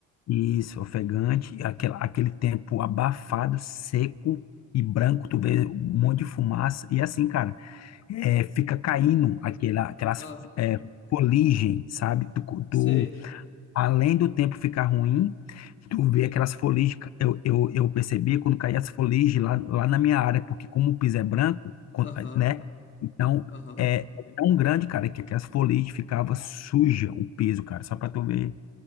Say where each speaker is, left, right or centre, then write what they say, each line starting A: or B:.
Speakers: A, on the left; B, on the left.
A: Isso, ofegante, aquele, aquele tempo abafado, seco e branco, tu vê um monte de fumaça, e assim, cara, é, fica caindo aquela, aquelas
B: Ah,
A: é, foligem, sabe? Tu,
B: sei.
A: tu- além do tempo ficar ruim, tu vê aquelas foligens, ca- eu, eu, eu percebi quando caía as foligens lá, lá na minha área, porque como o piso é branco, quando-
B: Aham,
A: né? Então,
B: aham.
A: é tão grande, cara, que aquelas foligens ficava suja o piso, cara, só pra tu ver